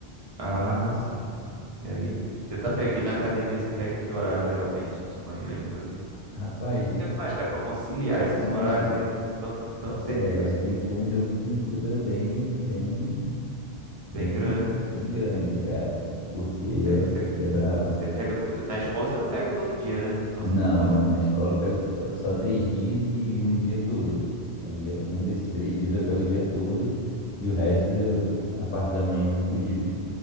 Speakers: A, on the right; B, on the left.
A: Ah, sim, sim. E aí, você tá pe... e na academia você pega em que horário geralmente? De manhã, de noite?
B: Rapaz,
A: Como
B: de
A: você faz, cara, para conciliar
B: de
A: esses
B: mãe,
A: horários aí tanto, tanto- em tanto
B: é,
A: serviço?
B: tem que ter um jogo de cintura bem, bem, bem,
A: Bem grande, né?
B: bem grande, cara, porque
A: Aí você
B: é, é brabo.
A: você pega to- na escola você não pega todo dia, né? Senão
B: Não,
A: você não consegue.
B: não, na escola eu pego só, só três dias e um dia todo. Aí é, um desses três dias eu pego o dia todo e o resto, eu- a parte da manhã eu fico livre.